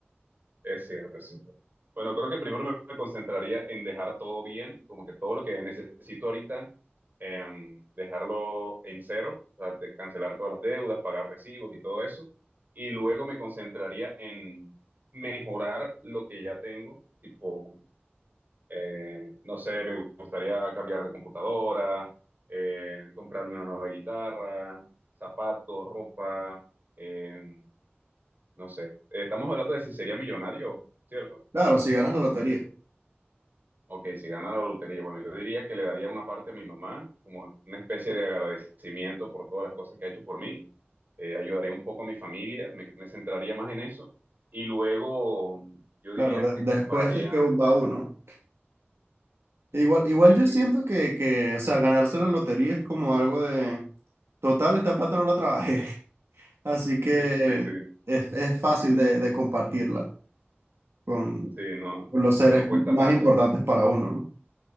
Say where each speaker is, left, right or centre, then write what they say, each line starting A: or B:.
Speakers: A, on the right (about 50°); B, on the right (about 80°).
A: Es cierto, es cierto. Bueno, creo que primero me me concentraría en dejar todo bien, como que todo lo que necesito ahorita, em, dejarlo en cero, o sea, de cancelar todas las deudas, pagar recibos y todo eso. Y luego me concentraría en mejorar lo que ya tengo, tipo, eh, no sé, me gustaría cambiar de computadora, eh, comprarme una nueva guitarra, zapatos, ropa, em, no sé. Eh, estamos hablando de si sería millonario, ¿cierto?
B: Claro, si ganas la lotería.
A: Ok, si gana la lotería, bueno, yo diría que le daría una parte a mi mamá, como una especie de agradecimiento por todas las cosas que ha hecho por mí. Eh, ayudaría un poco a mi familia, me, me centraría más en eso. Y luego yo diría
B: Claro, de-
A: que
B: después
A: compraría.
B: es que va uno. E Igual, igual
A: Sí,
B: yo
A: sí,
B: siento que, que, o sea, ganarse la lotería es como algo de, total, esta plata no la trabajé, <laughs> así
A: <laughs>
B: que
A: sí, sí,
B: es, es fácil de, de compartirla con,
A: sí, no,
B: con los seres
A: no cuesta
B: más
A: tanto,
B: importantes para uno,